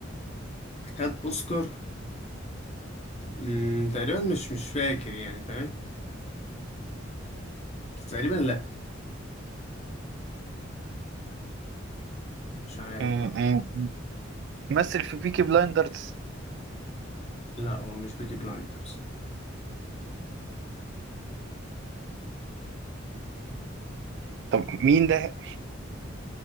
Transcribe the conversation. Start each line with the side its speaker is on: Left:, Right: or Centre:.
Left: خد اوسكار مم، تقريبا مش مش فاكر يعني فاهم بس تقريبا لا مش عارف
Right: م-
Left: بقى
Right: م- مثل في بيكي بلايندرز
Left: لا هو مش بيكي بلايندرز
Right: طب مين ده